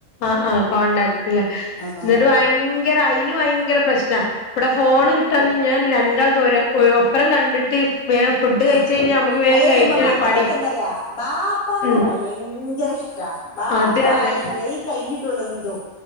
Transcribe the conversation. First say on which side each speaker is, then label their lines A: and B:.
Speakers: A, on the left; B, on the left.
A: ആ ആ കോൺടാക്ടില്
B: ആഹ് കോൺട്രാക്ടർ
A: എന്നിട്ട് ഭയങ്കര അയിന് ഭയങ്കര പ്രശ്നാ ഇബടെ ഫോണ് കിട്ട് ഞാൻ രണ്ടാൾതോരാ ഒപ്പരം കണ്ടിട്ട് വേം ഫുഡ് കഴിച്ച്
B: ആ
A: കഴിഞ്ഞാ നമുക്ക് വേം
B: അത്
A: കഴിഞ്ഞല്ലോ
B: ഇപ്പൊ മക്കൾക്കൊക്കെ
A: പണി
B: എന്താറിയോ ബാപ്പാനെ
A: ഉം
B: ഭയങ്കര ഇഷ്ടാ ബാപ്പ
A: അതെ അതെ
B: ആയാ മതി അയി കഴിഞ്ഞിട്ടുള്ളു എന്തും.